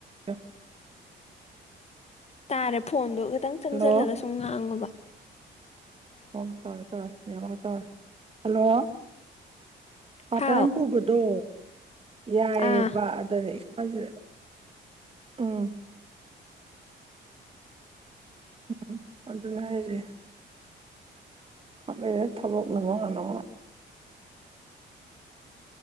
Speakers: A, on the right; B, on the left.
A: <unintelligible>
B: ꯇꯥꯔꯦ ꯐꯣꯟꯗꯣ ꯈꯤꯇꯪ ꯆꯪꯖꯜꯂꯒ
A: ꯍꯜꯂꯣ
B: ꯁꯨꯝ ꯉꯥꯡꯉꯨꯕ
A: ꯑꯣ ꯇꯥꯔꯦ ꯇꯥꯔꯦ ꯅꯦꯋꯥꯛ ꯇꯥꯔꯦ ꯍꯜꯂꯣ ꯄꯥꯔꯠ
B: ꯍꯥꯎ
A: ꯇꯥꯏꯝ ꯄꯨꯕꯗꯣ ꯌꯥꯏꯌꯦꯕ
B: ꯑꯥ
A: ꯑꯗꯅꯦ ꯏ ꯁꯥꯖꯦ ꯎꯝ ꯎꯝ ꯑꯗꯨꯅꯦ ꯍꯥꯏꯖꯦ ꯑꯝ ꯂꯩꯔꯦ ꯊꯕꯛꯅ ꯃꯔꯣꯜ ꯑꯃ